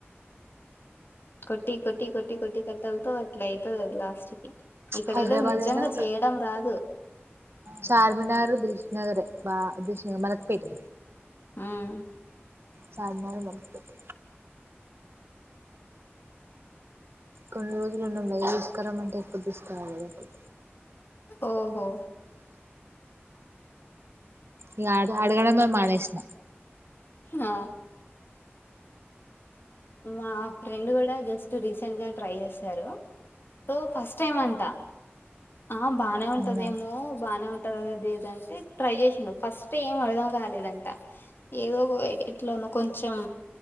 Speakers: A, on the left; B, on the right.
A: కొట్టి కొట్టి కొట్టి కొట్టి కట్టలతో అట్లా అయితుది లాస్ట్ కి ఇక్కడోళ్ళకి
B: హైదరాబాద్
A: నిజంగా
B: అయినా
A: చేయడం రాదు
B: చార్మినార్ దిల్షుబ్ నగర్ బా <unintelligible> మలపేట్
A: ఉమ్
B: చార్మినార్ మల్లపేట్ కొన్ని రోజులున్నా లే తీసుకురమ్మంటే అంటే ఎప్పుడు తీసుకురాలే అప్పుడ
A: ఓహో
B: ఇంగ అడుగడమే మానేశం
A: ఆ మా ఫ్రెండ్ కూడా జస్ట్ రీసెంట్ గా ట్రై చేశారు సో ఫస్ట్ టైమ్ అంటా ఆ బానే ఉంటదేమో
B: అవునా
A: బాగానే ఉంటది అదేదంటే ట్రై చేసిండు ఫస్ట్ టైమ్ కాలేదంట ఏదో ఇట్లో కొంచెం